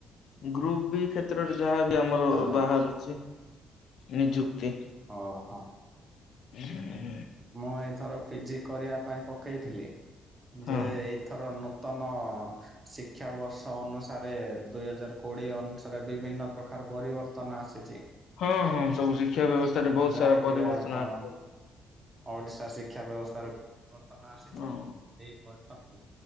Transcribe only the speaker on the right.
ହ୍ୟାଲୋ
ଓହୋ।
ମୁଁ ଏଇଥର ପିଜି କରିବା ପାଇଁ ପକେଇଥିଲି
ଯେ ଏଇଥର ନୂତନ ଶିକ୍ଷା ବର୍ଷ ଅନୁସାରେ ଦୁଇ ହଜାର କୋଡିଏ ଅନୁସାରେ ବିଭିନ୍ନ ପ୍ରକାର ପରିବର୍ତ୍ତନ ଆସେ।
ଜାଣିଥିବେ
ଆପଣ
ଓଡିଶା ଶିକ୍ଷା ବ୍ୟବସ୍ଥାରେ ବର୍ତ୍ତନ ରୁ ଆସିଛି
ଏପରି